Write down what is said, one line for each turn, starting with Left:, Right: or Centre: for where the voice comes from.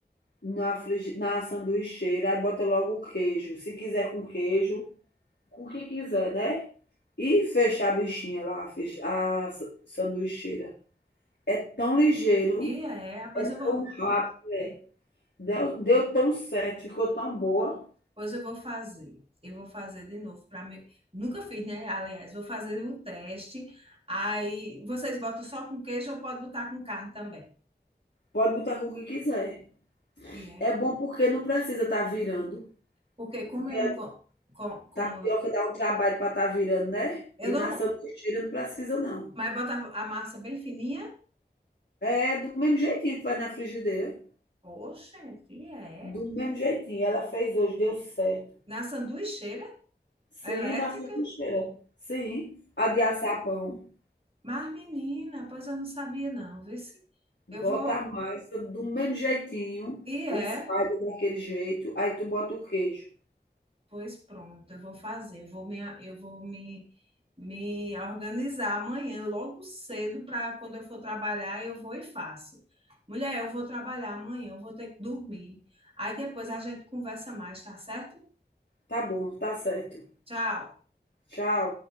Left: na, frigi... na sanduicheira, aí bota logo o queijo. Se quiser com queijo, com o que quiser, né? E fechar a bichinha lá, fech- a sanduicheira. É tão ligeiro,
Right: E é. Ah, Pois
Left: é
Right: eu vou,
Left: tão rápido, é. Deu, deu tão certo, ficou tão boa.
Right: pois eu vou fazer. Eu vou fazer de novo para mim. Nunca fiz, né? Aliás, vou fazer o teste. Aí vocês botam só com queijo ou pode botar com carne também.
Left: Pode botar com o que quiser.
Right: E é.
Left: É bom porque não precisa estar virando.
Right: Porque como
Left: Porque
Right: eu
Left: a
Right: não co- co- como
Left: tapioca dá o trabalho para estar virando, né?
Right: eu
Left: E
Right: não,
Left: na sanduicheira não precisa, não.
Right: mas bota a massa bem fininha.
Left: É do mesmo jeitinho que faz na frigideira.
Right: Poxa, e é.
Left: Do mesmo jeitinho. Ela fez hoje, deu certo.
Right: Na sanduicheira
Left: Sim,
Right: elétrica.
Left: na sanduicheira. Sim. A de assar pão.
Right: Mas, menina, pois eu não sabia não, vê se
Left: Bota
Right: eu vou
Left: a massa do mesmo jeitinho
Right: E é,
Left: e espalha daquele jeito, aí tu bota o queijo.
Right: pois pronto, eu vou fazer, eu vou me, eu vou me, me organizar amanhã, logo cedo, para quando eu for trabalhar, eu vou e faço. Mulher, eu vou trabalhar amanhã, eu vou ter que dormir. Aí depois a gente conversa mais, tá certo?
Left: Tá bom, tá certo.
Right: Tchau.
Left: Tchau.